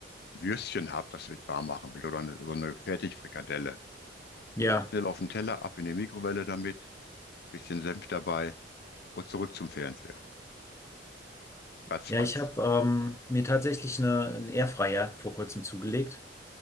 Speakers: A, on the left; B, on the left.
A: Würstchen habe, das ich warm machen will oder eine, so eine Fertigfrikadelle.
B: Ja,
A: Schnell auf den Teller, ab in die Mikrowelle damit, bisschen Senf dabei und zurück zum Fernseher. Ratzfatz.
B: ja, ich habe ähm, mir tatsächlich eine, einen Airfryer vor kurzem zugelegt